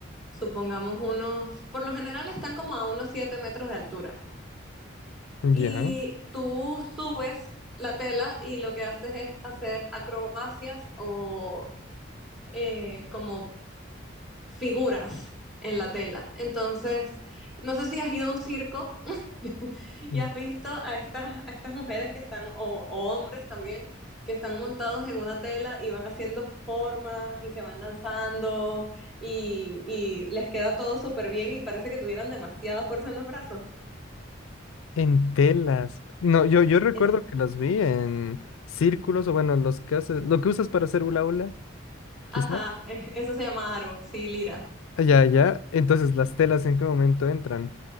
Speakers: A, in the centre; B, on the left.
A: supongamos unos, por lo general están como a unos 7 metros de altura. Y
B: ya.
A: tú subes la tela y lo que haces es hacer acrobacias o eh, como figuras en la tela. Entonces, no sé si has ido a un circo Y
B: Mm.
A: has visto a estas, a estas mujeres que están, o, o hombres también, que están montados en una tela y van haciendo formas y se van lanzando y, y les queda todo súper bien y parece que tuvieran demasiada fuerza en los brazos.
B: En telas. No, yo, yo recuerdo
A: En-
B: que las vi en círculos, o bueno, los que haces, lo que usas para hacer hula hula, quizá.
A: Ajá, e- eso se llama aro, sí, lira.
B: Ya, ya. Entonces, ¿las telas en qué momento entran?